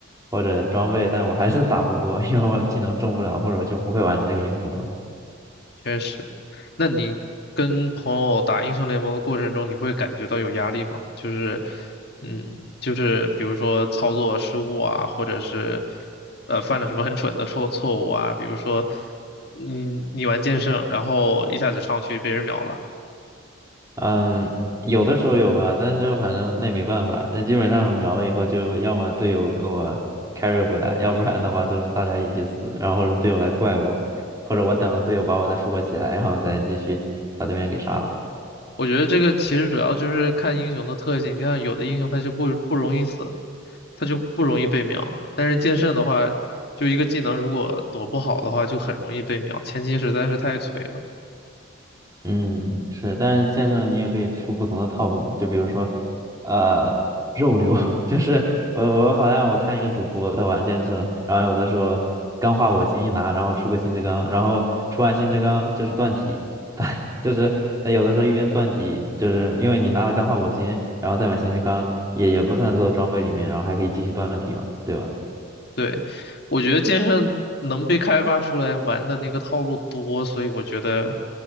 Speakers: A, on the right; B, on the left.
A: 或者装备，但我还是打不过，因为我技能中不了，或者我就不会玩这个英雄了。
B: 确实，那你跟朋友打英雄联盟的过程中，你会感觉到有压力吗？就是，嗯，就是比如说操作失误啊，或者是呃犯了什么很蠢的错错误啊，比如说你你玩剑圣，然后一下子上去被人秒了。
A: 嗯，有的时候有吧，但就反正那也没办法，那基本上秒了以后，就要么队友给我 carry 回来，要不然的话就是大家一起死，然后或者队友来怪我，或者我等队友把我再复活起来，然后再继续把对面给杀了。
B: 我觉得这个其实主要就是看英雄的特性。你看，有的英雄他就不不容易死，他就不容易被秒。但是剑圣的话，就一个技能如果躲不好的话，就很容易被秒。前期实在是太脆了。
A: 嗯，是，但是剑圣你也可以出不同的套路嘛，就比如说，呃，肉流，<laughs> 就是我我好像我看一个主播在玩剑圣，然后有的时候钢化我心一拿，然后出个新之钢，然后出完新之钢就是断体，<laughs> 但就是他有的时候一边断体，就是因为你拿了钢化我心，然后再买新之钢，也也不算做装备里面，然后还可以继续断体嘛，对吧？
B: 对，我觉得剑圣能被开发出来玩的那个套路多，所以我觉得